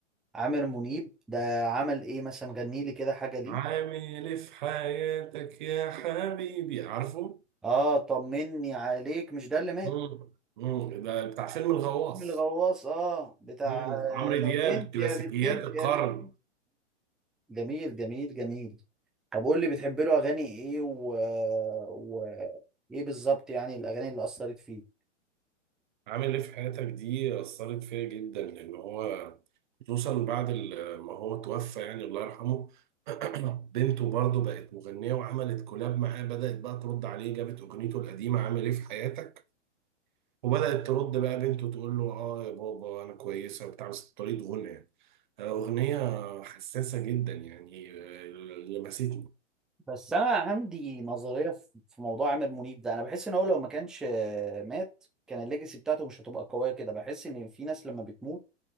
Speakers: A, in the centre; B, on the right.
A: عامر منيب ده عمل ايه مثلا غني لي كده حاجه ليه
B: عامل إيه في حياتك يا حبيبي عارفه؟
A: اه طمني عليك مش ده اللي مات
B: مم. مم. ده بتاع فيلم الغواص
A: فيلم الغواص اه بتاع
B: مم. عمرو
A: طب
B: دياب
A: انت
B: كلاسيكيات
A: يا بت انت
B: القرن
A: يا بت انت. جميل جميل جميل طب قول لي بتحب له اغاني ايه و... و... ايه بالظبط يعني الاغاني اللي اثرت فيه
B: عامل ايه في حياتك دي أثرت فيا جدا لأن هو خصوصا بعد ال- ما هو توفى يعني الله يرحمه <clears throat> بنته برضه بقت مغنية وعملت كولاب معاه بدأت بقى ترد عليه جابت أغنيته القديمة عامل ايه في حياتك وبدأت ترد بقى بنته تقول له اه يا بابا أنا كويسة وبتاع بس بطريقة غنى يعني آه، أغنية حساسة جدا يعني آه، لمستني
A: بس انا عندي نظريه في في موضوع عامر منيب ده انا بحس ان هو لو ما كانش آه، مات كان الليجاسي بتاعته مش هتبقى قويه كده بحس ان في ناس لما بتموت